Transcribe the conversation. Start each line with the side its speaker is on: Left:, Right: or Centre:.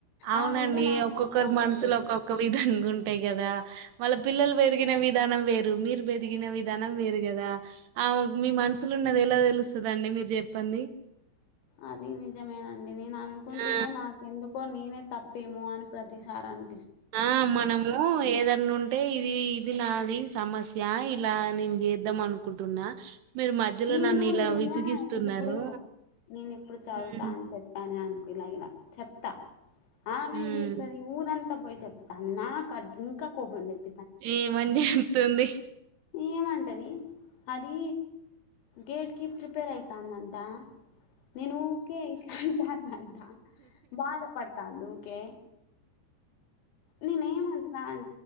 Right: అవునండి
Left: ఆమె మీద నాకేం
Right: ఒక్కొక్కరు
Left: కోపం
Right: మనసులు
Left: లేదు.
Right: ఒక్కొక్క విధంగా ఉంటాయి కదా. వాళ్ళ పిల్లలు పెరిగిన విధానం వేరు. మీరు పెరిగిన విధానం వేరు కదా. ఆవు మీ మన్స్ సులో ఉన్నది ఎలా తెలుస్తదండి మీరు చెప్పంది
Left: అది నిజమేనం నేను అనుకుంటున్నా
Right: ఆ
Left: నాకెందుకో నేనే తప్ పెమో అని ప్రతిసారి అన్
Right: ఆ మనము ఎదన్నుంటే ఇది <unintelligible> అది సమస్య ఇలా నేను చేద్దాం అనుకుంటున్నా మీరు మధ్యలో
Left: నేను
Right: నన్ను ఇలా
Left: ఏదైనా
Right: విసిగిస్తున్నారు.
Left: ఇల్లిప్పుడు నేను ఇప్పుడు చదువుతా
Right: హ్మ్
Left: అని చెప్పానా అన్ ఇలా ఇలా చెప్తా ఆమెం
Right: హ్మ్
Left: జెస్తది ఊరం అంత పోయి చెప్తంది నాకు అది ఇంకా కోపం దెప్
Right: ఏ మంజ అత్తుంది
Left: ఏమంటది అది గేట్ కి ప్రిపేర్ అయితందంట నేను ఊకె ఇట్లా అంటాందంట బాధ పడతాండు కె నేనేం అంటున్నా అం